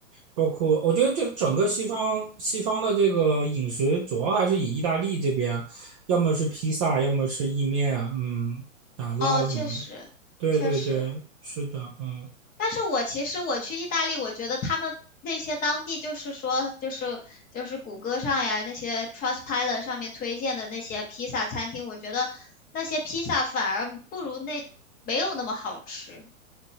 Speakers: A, on the right (about 25°); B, on the left (about 20°).
A: 包括，我觉得这整个西方西方的这个饮食主要还是以意大利这边，要么是披萨，要么是意面，嗯，奶酪什么的。
B: 哦，确实，
A: 对对对，
B: 确实。
A: 是的，嗯
B: 但是我其实我去意大利，我觉得他们那些当地就是说，就是就是谷歌上呀，那些 Trustpilot 上面推荐的那些披萨餐厅，我觉得那些披萨反而不如那没有那么好吃。